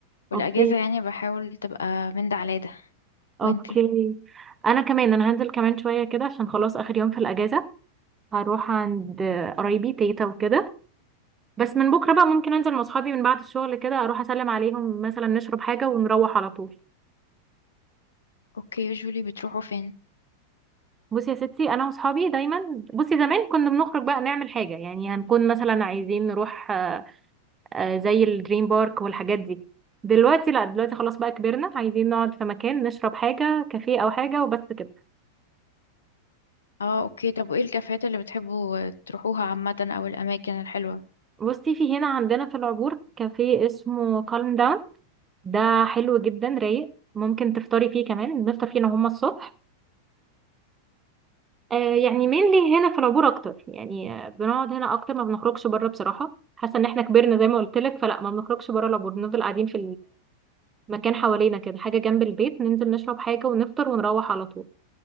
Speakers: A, on the left (about 70°); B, on the right (about 20°).
A: والاجازة
B: اوكي
A: يعني بحاول تبقى من ده على ده
B: اوكي
A: وانتي
B: انا كمان انا هنزل كمان شوية كده عشان خلاص اخر يوم في الاجازة هروح عند قرايبي تيتا وكده بس من بكرة بقى ممكن انزل مع اصحابي من بعد الشغل كده اروح اسلم عليهم مثلا نشرب حاجة ونروح على طول
A: اوكي يوجولي بتروحوا فين
B: بصي يا ستي انا واصحابي دايما بصي زمان كنا بنخرج بقى نعمل حاجة يعني هنكون مثلا عايزين نروح آه، زي الدريم بارك والحاجات دي دلوقتي لا دلوقتي خلاص بقى كبرنا عايزين نقعد في مكان نشرب حاجة كافيه أو حاجة وبس كده
A: اه اوكي طب وايه الكافيهات اللي بتحبوا تروحوها عامة او الاماكن الحلوة
B: بصي في هنا عندنا في العبور كافيه اسمه كالم داون ده حلو جدا رايق ممكن تفطري فيه كمان بنفطر فيه انا وهما الصبح آه يعني مينلي هنا في العبور اكتر يعني آه، بنقعد هنا اكتر ما بنخرجش بره بصراحة حاسة ان احنا كبرنا زي ما قلت لك فلا ما بنخرجش بره العبور بنفضل قاعدين في المكان حوالينا كده حاجة جنب البيت ننزل نشرب حاجة ونفطر ونروح على طول